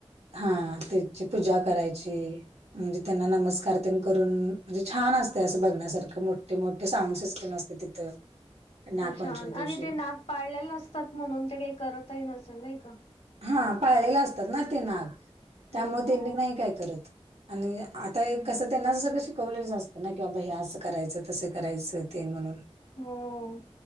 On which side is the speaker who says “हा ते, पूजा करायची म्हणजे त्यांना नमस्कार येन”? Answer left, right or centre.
Right